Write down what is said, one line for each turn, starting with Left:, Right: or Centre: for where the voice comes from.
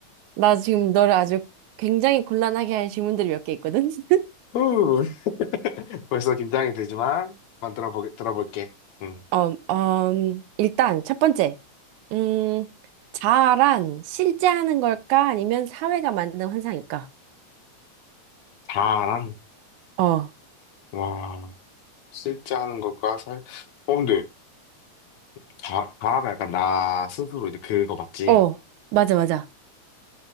Right: 나 지금 너를 아주 굉장히 곤란하게 할 질문들이 몇 개 있거든? <laughs>
Left: 후, <laughs> 벌써 긴장이 되지만, 한번 들어보, 들어볼게. 응.
Right: 어, 어, 음, 일단 첫 번째. 음, 자아란 실제 하는 걸까? 아니면 사회가 만든 환상일까?
Left: 자랑,
Right: 어,
Left: 와, 실제 하는 것과 살, 어, 근데, 자, 자아가 약간 나 스스로 이제 그거 맞지?
Right: 어, 맞아, 맞아.